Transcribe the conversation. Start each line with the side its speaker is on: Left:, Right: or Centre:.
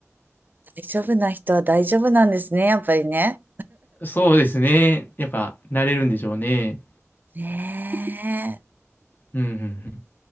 Right: 大丈夫な人は大丈夫なんですね、やっぱりね。
Left: そうですね。やっぱ慣れるんでしょうね。
Right: ねえ。
Left: うんうんうん